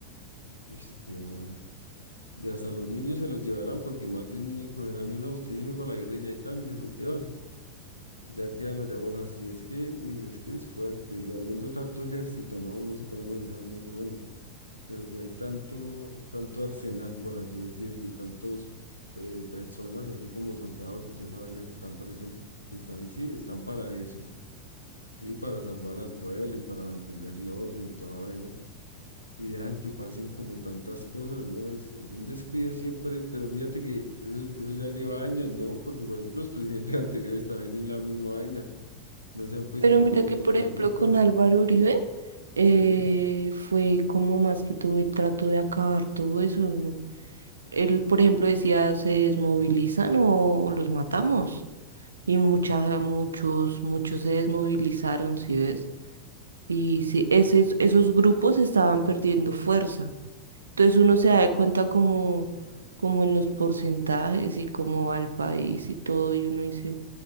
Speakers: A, on the left; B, on the right.
A: Uy, tenaz. Y hasta los niños se los llevarán porque más de un niño cogerán y no, usted sirve para la guerrilla y tan, y se los llevan. Ya quedan allá. Hola, así es que, uy, es que es fuerte. Y habiendo tanto ejército, ¿no? Uno se pone a analizar, uno dice, bueno, pero si hay tanto, tanto arsenal, por así decirlo, y tantos eh, personas, así como soldados y toda esa vaina que están parecen, que están, sí, están para eso, y para salvar al pueblo y para mantener el orden y toda la vaina. Y dejan que pasen como tantas cosas, ¿no? Es, es un descuido siempre, pero fíjate que eso, eso ya lleva años, ¿no? Porque, por ejemplo, los presidentes <laughs> anteriores también en la misma vaina no se han puesto
B: Pero mira
A: como
B: que,
A: en
B: por
A: la película.
B: ejemplo, con Álvaro Uribe eh,
A: Sí,
B: fue como más que todo el trato de acabar todo eso. Él, por ejemplo, decía, se desmovilizan o, o los matamos. Y mucha, muchos, muchos se desmovilizaron, ¿sí ves? Y sí, ese- esos grupos estaban perdiendo fuerza. Entonces uno se da de cuenta como, como en los porcentajes y cómo va el país y todo, y uno dice,